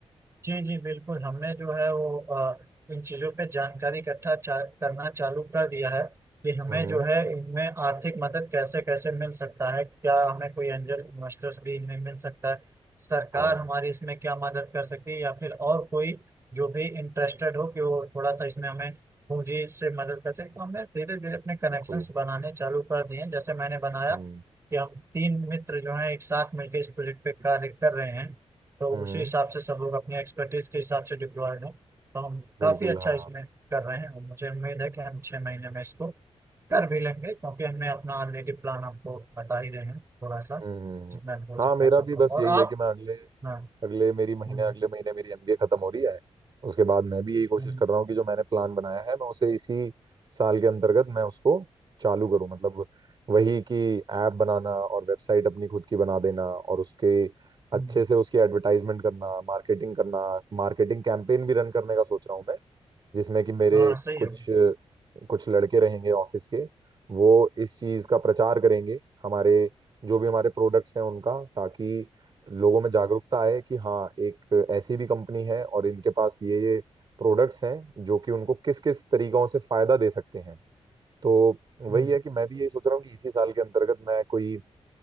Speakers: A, on the right; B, on the right.
A: जी जी बिल्कुल हमने जो है वो अ, इन चीज़ों पे जानकारी इकट्ठा चा, करना चालू कर दिया है कि हमें
B: हम्म
A: जो है इनमें आर्थिक मदद कैसे कैसे मिल सकता है क्या हमें कोई एंजल इन्वेस्टर्स भी इनमें मिल सकता है सरकार
B: हाँ
A: हमारी इसमें क्या मदद कर सकती है या फिर और कोई जो भी इंटरेस्टेड हो कि वो थोड़ा सा इसमें हमें पूंजी से मदद कर सके तो हमने धीरे धीरे अपने कनेक्शंस
B: बिल्कुल
A: बनाने चालू कर दिए हैं जैसे मैंने बनाया
B: हम्म
A: कि हम तीन मित्र जो हैं एक साथ मिलकर इस प्रोजेक्ट पे कार्य कर रहे हैं तो
B: हम्म
A: उसी हिसाब से सब लोग अपनी एक्सपर्टीज के हिसाब से डिप्लॉयड हो तो हम
B: बिल्कुल
A: काफी अच्छा
B: हाँ
A: इसमें कर रहे हैं और मुझे उम्मीद है कि हम छह महीने में इसको कर भी लेंगे क्योंकि हमने अपना ऑलरेडी प्लान आपको बता ही रहे हैं थोड़ा सा
B: हम्म हम्म, हम्म।
A: जितना भी हो सकता
B: हाँ मेरा
A: था
B: भी
A: तो।
B: बस
A: और
B: यही है
A: आप
B: कि मैं अगले
A: हाँ
B: अगले मेरी महीने
A: हम्म,
B: अगले महीने मेरी एमबीए खत्म हो रही है उसके बाद मैं भी यही कोशिश
A: हम्म,
B: कर रहा हूँ कि जो मैंने प्लान बनाया है मैं उसे इसी साल के अंतर्गत मैं उसको चालू करूँ मतलब वही कि ऐप बनाना और वेबसाइट अपनी खुद की बना देना और उसके अच्छे
A: हम्म,
B: से उसकी एडवर्टाइजमेंट करना मार्केटिंग करना मार्केटिंग कैंपेन भी रन करने का सोच रहा हूँ मैं जिसमें कि मेरे
A: हाँ सही
B: कुछ
A: है वो
B: कुछ लड़के रहेंगे ऑफिस के वो इस चीज का प्रचार करेंगे हमारे जो भी हमारे प्रोडक्ट्स हैं उनका ताकि लोगों में जागरूकता आए कि हाँ एक ऐसी भी कंपनी है और इनके पास ये ये प्रोडक्ट्स हैं जो कि उनको किस किस तरीकों से फायदा दे सकते हैं तो वही
A: हम्म।
B: है कि मैं भी यही सोच रहा हूँ कि इसी साल के अंतर्गत मैं कोई